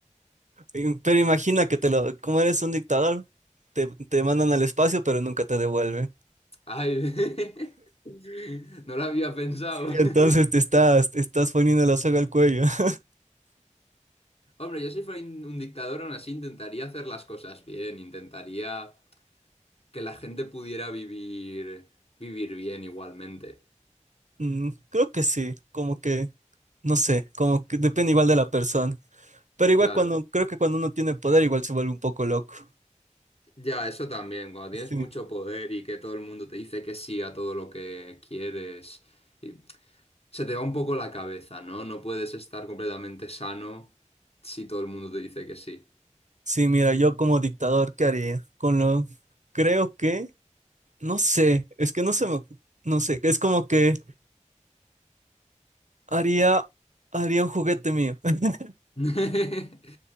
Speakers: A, on the right; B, on the left.
A: Eh, Pero imagina que te lo, como eres un dictador, te, te mandan al espacio, pero nunca te devuelven.
B: Ay, <laughs> no lo había pensado.
A: Y
B: <laughs>
A: entonces te estás, te estás poniendo la soga al cuello. <laughs>
B: Hombre, yo si fuera in- un dictador, aún así intentaría hacer las cosas bien, intentaría que la gente pudiera vivir, vivir bien igualmente.
A: Mm, creo que sí, como que, no sé, como que depende igual de la persona. Pero igual
B: Claro.
A: cuando, creo que cuando uno tiene poder, igual se vuelve un poco loco.
B: Ya, eso también, cuando tienes
A: Sí,
B: mucho poder y que todo el mundo te dice que sí a todo lo que quieres, y se te va un poco la cabeza, ¿no? No puedes estar completamente sano si todo el mundo te dice que sí.
A: sí, mira, yo como dictador, ¿qué haría? Con lo, creo que No sé, es que no se me, no sé, es como que haría, haría un juguete mío. <laughs>
B: <laughs>